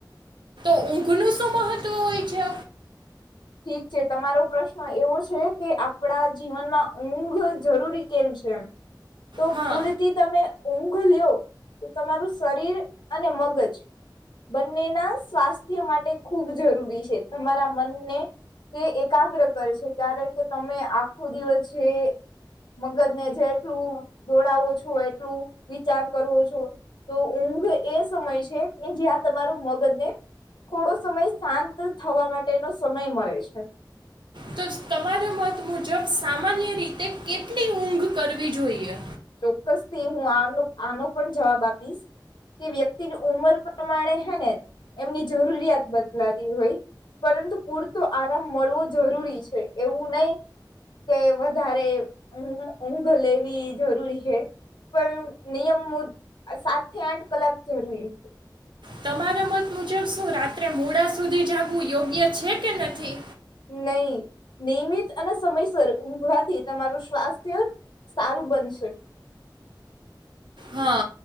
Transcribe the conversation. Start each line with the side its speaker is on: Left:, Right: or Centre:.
Right: ઊંઘ નું શું મહત્વ હોય છે.
Left: ઠીક છે. તમારો પ્રશ્ન એવો છે કે આપડા જીવનમાં ઊંઘ જરૂરી કેમ છે એમ? તો
Right: હા
Left: પૂરતી તમે ઊંઘ લ્યો તો તમારું શરીર અને મગજ બંનેના સ્વાસ્થ્ય માટે ખૂબ જરૂરી છે. તમારા મનને તે એકાગ્ર કર છે કારણ કે તમે આખો દિવસ જે મગજને જેટલું દોડાવો છો એટલું વિચાર કરવો છો તો ઊંઘ એ સમય છે કે જ્યાં તમારું મગજને થોડો સમય શાંત થવા માટેનો સમય <unintelligible> મળે છે.
Right: તો તમારા મત મુજબ સામાન્ય રીતે કેટલી ઊંઘ કરવી જોઈએ?
Left: ચોક્કસ થી હું આનો આનો પણ જવાબ આપીશ, કે વ્યક્તિની ઉમર પ્રમાણે હે ને એમની જરૂરિયાત બદલાતી હોય પરંતુ પૂરતો આરામ મળવો જરૂરી છે. એવું નહી કે વધારે ઊંઘ લેવી જરૂરી છે. પણ નિયમ મુ સાતથી આઠ કલાક જરૂરી છે.
Right: તમારા મત મુજબ શું રાત્રે મોડા સુધી જાગવું યોગ્ય છે, કે નથી?
Left: નહી, નિયમિત અને સમયસર ઊંઘવાથી તમારું સ્વાસ્થ્ય સારું બનશે.
Right: હા